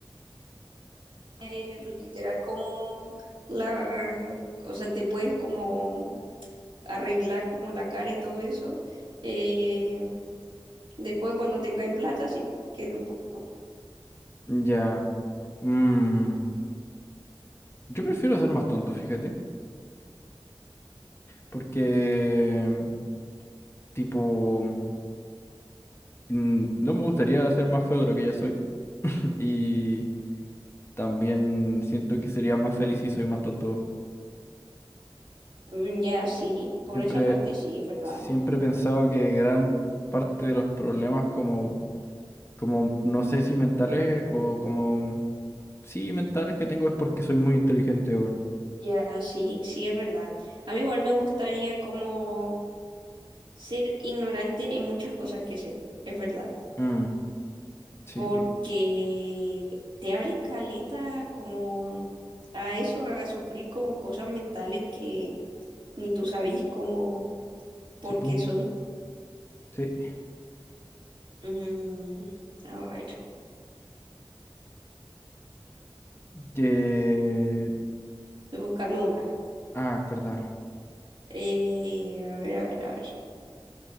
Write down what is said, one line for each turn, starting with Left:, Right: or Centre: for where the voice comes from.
Right: Eh, literal como la, o sea, te puedes como arreglar como la cara y todo eso. eh, después cuando tengáis plata, así que no importa.
Left: Ya. Mm, Yo prefiero ser más tonto, fíjate. Porque... Tipo... mm, no me gustaría ser más feo de lo que ya soy. <laughs> Y también siento que sería más feliz si soy más tonto.
Right: Mm, Ya sí, por
Left: Siempre,
Right: esa parte sí, es verdad.
Left: siempre he pensado que gran parte de los problemas como, como no sé si mentales o como, sí, mentales que tengo es porque soy muy inteligente, weón.
Right: Ya sí, sí es verdad. A mí igual me gustaría como ser ignorante en muchas cosas que sé, es verdad.
Left: Mm, sí,
Right: porque te abre caleta como a eso, a sufrir como cosas mentales que ni tú sabís como por
Left: sí, pu,
Right: qué son.
Left: sí.
Right: Mm, a ver,
Left: Que-
Right: estoy buscando una.
Left: Ah, verdad.
Right: Eh, a ver, a ver, a ver.